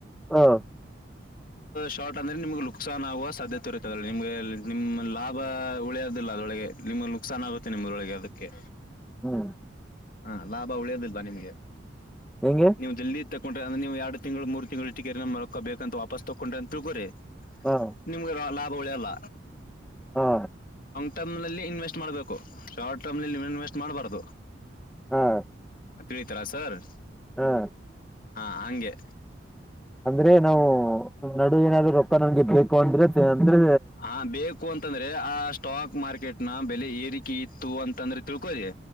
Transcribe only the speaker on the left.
ಶಾರ್ಟ್ ಅಂದ್ರೆ ನಿಮ್ಗೆ ನುಕ್ಸಾನ್ ಆಗುವ ಸಾಧ್ಯತೆ ಇರುತ್ತ ಅ ನಿಮ್ಗೆ ನಿಮ್ ಲಾಭ ಉಳಿಯೋದಿಲ್ಲ ಅದೊಳಗೆ ನಿಮ್ಮಲ್ಲಿ ನುಕ್ಸಾನ್ ಆಗುತ್ತೆ ನಿಮ್ಮರೊಳಗೆ ಅದಕ್ಕೆ
ಹಾ ಲಾಭ ಉಳಿಯದಲ್ವಾ ನಿಮ್ಗೆ
ನೀವು ಜಲ್ದಿ ತ ೊಂಡ್ರಿ ಅ್ರ ನೀವು ಎರಡು ತಿಂಗಳು ಮೂರು ತಿಂಗಳು ಟಗರಿ ನ ಮರಕ ಬೇಕಂತ ವಾಪಸ್ ತಕೊಂಡ್ರಿ ಅಂತ ತಿಳ್ಕೋಿ
ನಿಮ್ಗೆ ಲಾಭ ಉಳಿ ಅಲ್ಲ
ಟಮ್ ನಲ್ಲಿ ಇನ್ವೆಸ್ಟ್ ಮಾಡ್ಬೇಕು ಶಾರ್ಟ್ ಟರ್ಮ್ ನಲ್ಲಿ ಇನ್ವೆಸ್ಟ್ ಮಾಡಬಾರ್ದು
ತಿಳಿತಲಾ ಸರ್
ಹಾ ಹಗೆ
ಹಾ ಬೇಕು ಅಂತಂದ್ರೆ ಆ ಅಷ್ಟ ಸ್ಟಾಕ್ ಮಾರ್ಕೆಟ್ ನ ಬೆಲೆ ಏರಿಕೆ ಇತ್ತು ಅಂತಂದ್ರೆ ತಿಳ್ಕೋದೆ